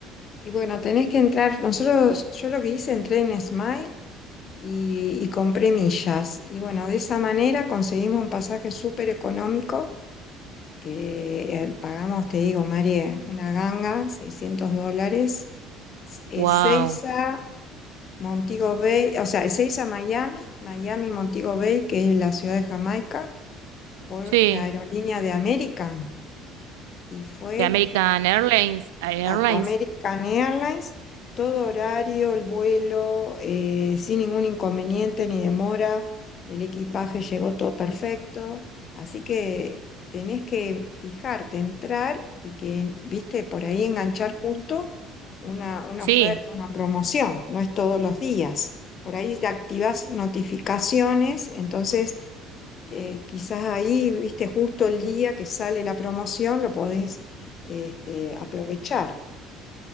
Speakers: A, on the left; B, on the right.
A: Y bueno, tenés que entrar, nosotros, yo lo que hice, entré en Smile y, y compré millas. Y bueno, de esa manera conseguimos un pasaje súper económico, que eh, pagamos, te digo, María, una ganga, 600 dólares, eh,
B: Wow,
A: Ezeiza, Montego Bay, o sea, Ezeiza, Miami, Miami, Montego Bay, que es la ciudad de Jamaica, por
B: sí,
A: la aerolínea de American. Y fue
B: de American Airlines, Airlines,
A: Exacto, American Airlines, todo horario, el vuelo, eh, sin ningún inconveniente ni demora, el equipaje llegó todo perfecto, así que tenés que fijarte, entrar y que, viste, por ahí enganchar justo una, una
B: sí.
A: oferta, una promoción, no es todos los días. Por ahí te activas notificaciones, entonces que quizás ahí, viste, justo el día que sale la promoción lo podés este, aprovechar.